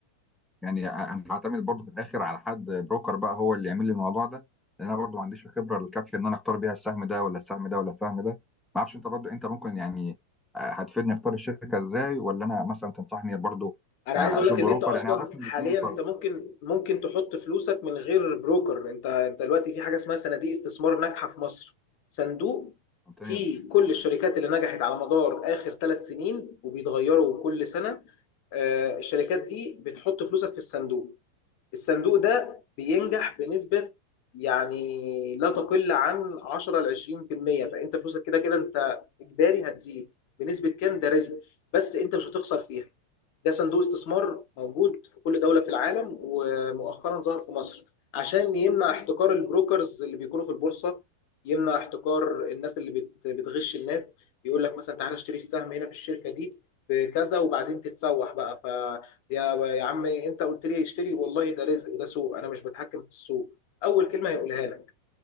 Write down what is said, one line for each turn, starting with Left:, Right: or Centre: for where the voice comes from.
Centre: يعني انا هعتمد برضو في الاخر على حد بروكر بقى هو اللي يعمل لي الموضوع ده لان انا برضو ما عنديش الخبره الكافيه ان انا اختار بيها السهم ده ولا السهم ده ولا السهم ده ما اعرفش انت برضو انت ممكن يعني آه، هتفيدني اختار الشركه ازاي ولا انا مثلا تنصحني برضو
Left: انا
Centre: آه،
Left: عايز اقول
Centre: اشوف
Left: لك ان
Centre: بروكر
Left: انت اصلا
Centre: يعني عرفني
Left: حاليا
Centre: الاثنين
Left: انت
Centre: برضو
Left: ممكن ممكن تحط فلوسك من غير بروكر انت انت دلوقتي في حاجه اسمها صناديق استثمار ناجحه في مصر صندوق
Centre: ممتاز
Left: فيه كل الشركات اللي نجحت على مدار اخر ثلاث سنين وبيتغيروا كل سنه آه، الشركات دي بتحط فلوسك في الصندوق الصندوق ده بينجح بنسبة يعني لا تقل عن 10 ل 20% فانت فلوسك كده كده انت اجباري هتزيد بنسبة كام ده رزق بس انت مش هتخسر فيها ده صندوق استثمار موجود في كل دولة في العالم ومؤخرا ظهر في مصر عشان يمنع احتكار البروكرز اللي بيكونوا في البورصة يمنع احتكار الناس اللي بت- بتغش الناس يقول لك مثلا تعالى اشتري السهم هنا في الشركة دي بكذا وبعدين تتسوح بقى يا يا عمي انت قلت لي اشتري والله ده رزق وده سوق انا مش بتحكم في السوق اول كلمه هيقولها لك